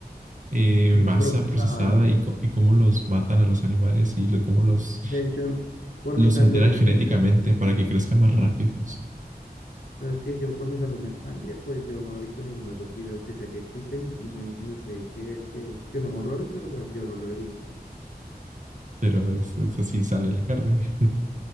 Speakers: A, on the right; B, on the left.
A: eh,
B: bien
A: en masa,
B: procesada,
A: procesada
B: ¿no?
A: y, co- y cómo los matan a los animales y lo- cómo los,
B: De hecho, por
A: los
B: mi salud
A: alteran genéticamente
B: mental, pues, no.
A: para que crezca más rápido. o sea,
B: sabes que yo por mi salud mental, eh, pues yo no he visto ninguno de esos videos, sí sé que existen y, me, y sé que, que, que son horrores, pero pues yo no lo he visto.
A: pero es, es así sale la carne. <laughs>